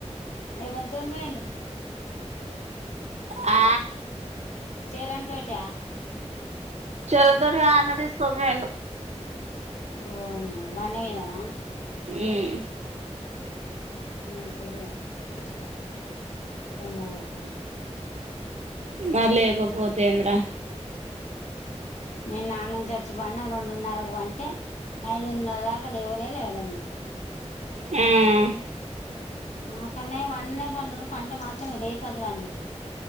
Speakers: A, on the left; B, on the right.
A: ఏవల్ తోని పోయిండు
B: ఆ
A: చరణ్ తోటా
B: చరణ్ తోటి కాదు అన్న తీసుకున్ పోయిండు
A: ఓ నీ బండి మీదన
B: హ్మ్
A: మంచిదే అట్ట ఎండకొడుతుంటే
B: మరి లేకపోతే ఏందిరా
A: నిన్న ఆనుంచి వచ్చి పనము రెండున్నరకు పంటే ఐదున్నర దాకా లేవలే లేమి
B: హ్మ్
A: మా కన్నయ్య పండనే పండడు పంటె మాత్రం లేపొద్దు వాన్ని